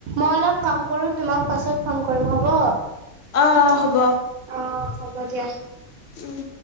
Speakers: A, on the right (about 85°); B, on the left (about 65°).
A: মই অলপ কাম কৰো তোমাক পাছত ফোন কৰিম হ'ব।
B: আহ হ'ব
A: অ হ'ব দিয়া।
B: উম।